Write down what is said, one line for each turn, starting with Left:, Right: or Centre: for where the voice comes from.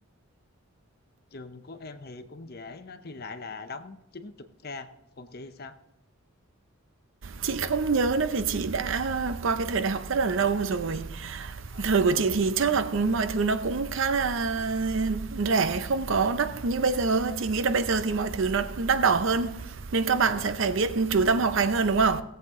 Left: Trường của em thì cũng dễ, nó thi lại là đóng 90k, còn chị thì sao?
Right: Chị không nhớ nữa vì chị đã qua cái thời đại học rất là lâu rồi.
Left: Ờ,
Right: Thời của chị thì chắc là mọi thứ nó cũng khá là rẻ, không có đắt như bây giờ. Chị nghĩ là bây giờ thì mọi thứ nó đắt đỏ hơn, nên các bạn
Left: Dạ,
Right: sẽ phải biết chú tâm học hành hơn, đúng không?